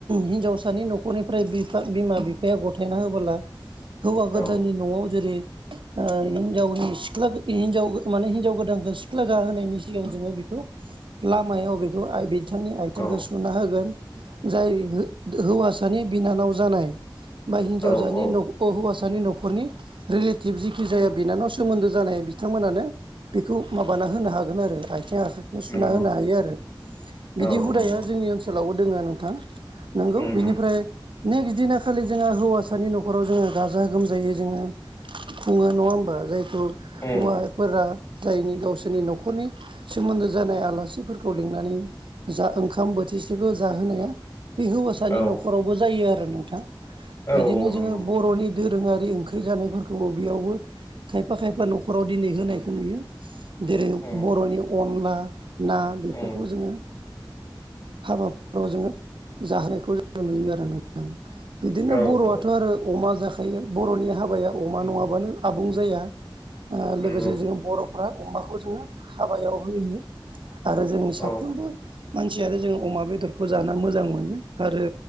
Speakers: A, on the right (about 75°); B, on the left (about 35°).
A: हिनजावसानि न'खरनिफ्राय बिफा बिमा बिफाया गथायना होबोला हौवा गोदाननि
B: औ
A: न'वाव जेरै हिनजावनि सिख्ला हिनजाव माने हिन्जाव गोदानखौ सिख्ला गाहोनायनि सिगां जोङो बिखौ लामाया अबेखौ आइबि बिथांनि आइथिंखौ
B: औ
A: सुना होगोन जाय हौवासानि बिनानाव जानाय बा हिन्जावसानि
B: औ औ
A: हौवासानि न'खरनि रिलेटिभ जिखि जाया
B: उम
A: बिनानाव सोमोन्दो जानाय बिथांमोनानो बेखौ माबाना होनो हागोन आरो आथिं आखाइ बे सुना
B: नंगौ
A: होनो हायो आरो बिदि
B: औ
A: हुदाया
B: नंगौ
A: जोंनि ओनसोलावबो दोङो नोंथां नंगौ
B: उम
A: बिनिफ्राय
B: उम
A: नेक्स्ट बिदिना खालि जोङो हौवासानि न'खराव जोङो गाजा गोमजायै जोङो खुङो नङा होमबा जायखौ
B: उम
A: हौवाफोरा जायनि गावसोरनि न'खरनि सोमोन्दो जानाय आलासिफोरखौ लिंनानै जा ओंखाम बोथिसेल' जाहोनाया बे हौवासानि
B: औ
A: न'खरावबो जायो आरो नोंथां
B: औ
A: बिदिनो
B: औ
A: जोङो
B: नंगौ
A: बर'नि दोरोङारि ओंख्रि जानायफोरखौबो बेयावबो खायफा खायफा न'खर व न'खराव दिनै होनायखौ नुयो जेरै
B: उम
A: बर'नि अनला ना बेफोरखौ
B: उम
A: जोङो हाबाफोराव जोङो जाहोनायखौ जोङो नुयो आरो नों बिदिनो
B: औ
A: बर'आथ'
B: औ
A: आरो अमा जाखायो बर'नि हाबाया अमा
B: नंगौ
A: नङाबानो आबुं जाया ओ
B: नंगौ
A: लोगोसे जोङो बर'फ्रा अमाखौ जोङो हाबायाव होयो आरो जोंनि साफ्रोमबो
B: औ
A: मानसियानो जों अमा बेदरखौ जा मोजां मोनो आरो